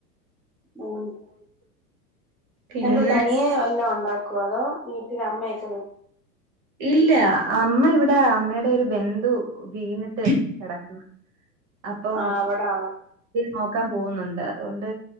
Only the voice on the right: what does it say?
പിന്നെ
ഇല്ല അമ്മ ഇവിടെ അമ്മയുടെ ഒരു ബന്ധു വീണിട്ട് കിടക്കുന്നു അപ്പൊ
നോ ക്കാൻ പോകുന്നുണ്ട് അതുകൊണ്ട്